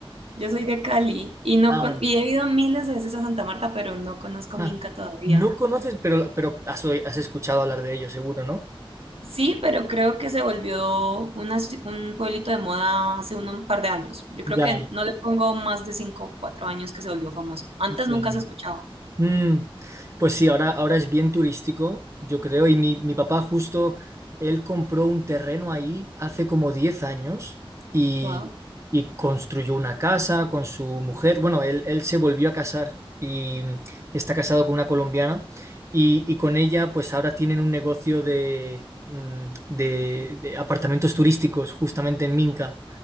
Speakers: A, on the right (about 85°); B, on the right (about 30°).
A: Yo soy de Cali y no
B: Ah,
A: con- y he ido miles de veces a Santa Marta, pero no conozco
B: ah,
A: Minca todavía.
B: no conoces, pero, pero has, oí- has escuchado hablar de ellos, seguro, ¿no?
A: Sí, pero creo que se volvió una ci- un pueblito de moda hace un, un par de años. Yo
B: Ya,
A: creo que no le pongo más de cinco o cuatro años que se volvió famoso. Antes
B: ya.
A: nunca se escuchaba.
B: Mm, pues sí, ahora, ahora es bien turístico, yo creo, y mi, mi papá justo, él compró un terreno ahí hace como 10 años y,
A: Wow.
B: y construyó una casa con su mujer. Bueno, él, él se volvió a casar y mm, está casado con una colombiana y, y con ella pues ahora tienen un negocio de, mm, de, de apartamentos turísticos justamente en Minca.